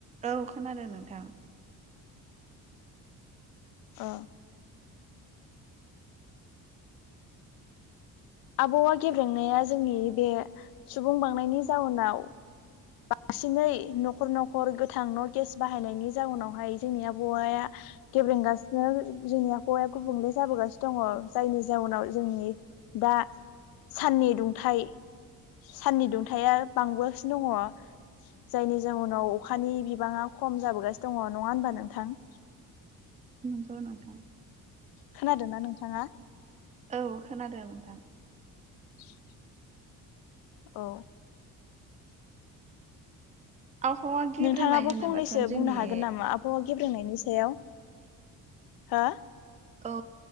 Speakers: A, on the right; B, on the left.
A: औ खोनादों नोंथां।
B: ओ आबहावा गेब्रेंनाया जोंनि बे सुबुं बांनायनि जाउनाव बांसिनै नखर नखर गोथां न गेस बाहायनायनि जाउनाव हाय जोंनि आबहावाया गेब्रेंगासिनो जोंनि आबहावाया गुबुंले जाबोगासिनो दङ जायनि जाउनाव जोंनि - दा साननि दुंथाइ साननि दुंथाया बांबोगासिनो दङ। जायनि जउनाव अखानि बिबाङा खम जाबोगासिनो दङ नङा होनबा नोंथां?
A: नोंगौ नोंथां।
B: खोनादों ना नोंथाङा?
A: औ खोनादों नोंथां।
B: <inaudible> औ
A: आबहावा गेब्रेनाय
B: नोंथाङाबो
A: होनोबाथ'
B: फंनैसो
A: जोंनि
B: बुंनो हागोन नामा आबहावा गेब्रोंनायनि सायाव हो?
A: औ